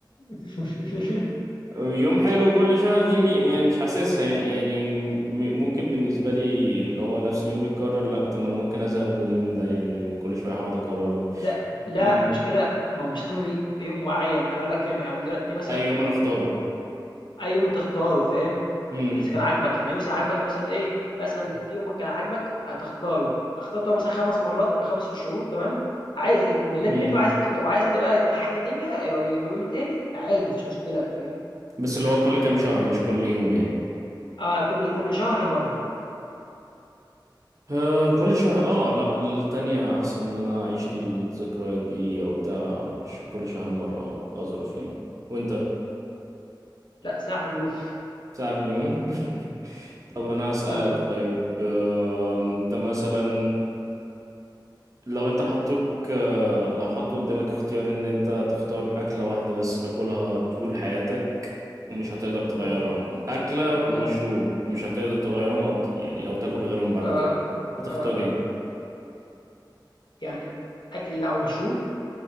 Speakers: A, on the left; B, on the right.
A: <laughs>
B: يوم حلو كل شهر دي مي- يعني مش حاسسها يعني يعني م- ممكن بالنسبة لي اللي هو نفس اليوم يتكرر لا طب ما انا ممكن ازهق من اليوم ده يعني وكل شوية هقعد اكرره
A: لأ، لأ،
B: امم
A: مش كده، ما هو مش لازم ي يوم معين، أنا هاقول لك يم يعني دلوقتي مثلًا
B: اي يوم انا اختاره
A: أي يوم أنت اختاره فاهم؟
B: امم
A: بس كان عاجبك، يعني مثلًا عاجبك مثلًا إيه، مثلًا في يوم كان عاجبك هتختاره، اخترته مثلًا 5 مرات في 5 شهور تمام، عاي مليت
B: امم
A: منه عايز تك وعايز ت بقى ت حاجة تانية أو أو أو يوم تاني عادي ما فيش مشكلة فاهم؟
B: بس اللي هو كل كام شهر مش كل يوم يعني
A: آه، كل كل شهر مرة،
B: آه كل شهر اه لا التانية احسن ان انا اعيش الذكرى دي او بتاع ش- كل شهر مرة اه اظرف يعني وانت
A: لأ، ساعة في اليوم
B: ساعة في اليوم <laughs> طب انا هسألك
A: <laughs> آه،
B: طيب آه انت مثلا لو انت حطوك آه لو حطوا قدامك اختيار ان انت تختار اكلة واحدة بس تاكلها طول حياتك ومش هتقدر تغيرها
A: أوه،
B: أكلة ومشروب
A: إمم،
B: مش هتقدر تغيرهم أو يعني أو تاكل غيرهم بعد
A: آه،
B: كده
A: آه،
B: هتختار
A: آه.
B: ايه
A: يعني أكل أو مشروب؟